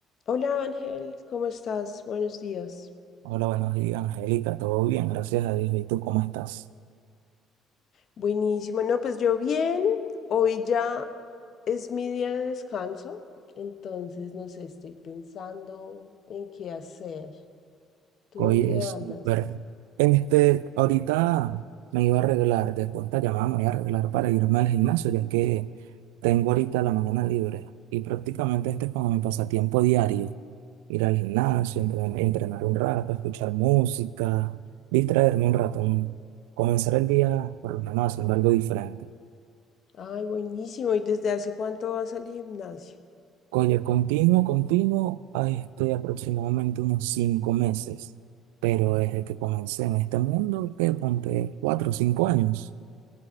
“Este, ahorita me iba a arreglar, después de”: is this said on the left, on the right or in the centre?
Right